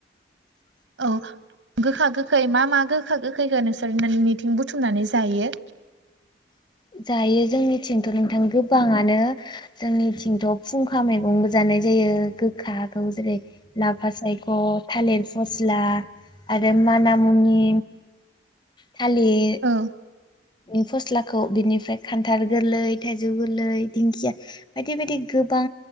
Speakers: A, on the left (about 25°); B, on the right (about 85°).
A: <inaudible>
B: औ गोखा गोखै मा मा गोखा गोखैखो नोंसोरमोननिथिं बुथुमनानै जायो?
A: <inaudible> जायो जोंनिथिंथ' नोंथां गोबांङानो जोंनिथिंथ' फुंखा मैगंबो जानो नाय जायो गोखाखौ जेरै लाफा सायख' थालिर फस्ला आरो माना मुनि थालिर
B: औ
A: नि फस्ला खौ बिनिफ्राय खान्थाल गोरलै थाइजौ गोरलै दिंखिया बायदि बायदि गोबां